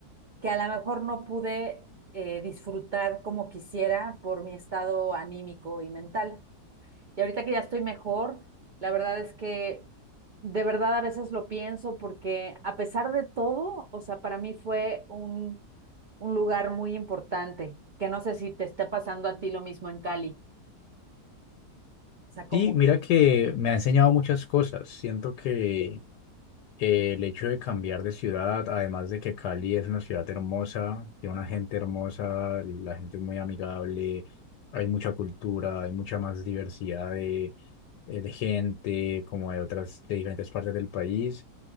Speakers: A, on the right; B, on the left.
A: que a lo mejor no pude eh, disfrutar como quisiera por mi estado anímico y mental. Y ahorita que ya estoy mejor, la verdad es que de verdad a veces lo pienso porque a pesar de todo, o sea, para mí fue un, un lugar muy importante, que no sé si te está pasando a ti lo mismo en Cali. O sea, como
B: Sí, mira
A: que...
B: que me ha enseñado muchas cosas. Siento que Eh, el hecho de cambiar de ciudad, además de que Cali es una ciudad hermosa, tiene una
A: no.
B: gente hermosa, la gente es muy amigable, hay mucha cultura, hay mucha más diversidad de, eh, de gente, como de otras, de diferentes partes del país.